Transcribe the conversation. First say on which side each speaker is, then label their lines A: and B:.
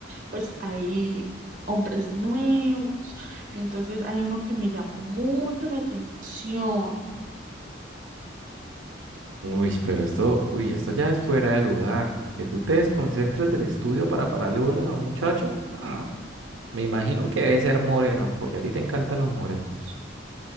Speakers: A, on the right; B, on the right.
A: pues hay hombres nuevos, entonces hay uno que me llamó mucho la atención.
B: Uy, pero esto, uy, esto ya es fuera de lugar. Que tú te desconcentres del estudio para pararle bolas a un muchacho. ah, me imagino que debe ser moreno porque a ti te encantan los morenos.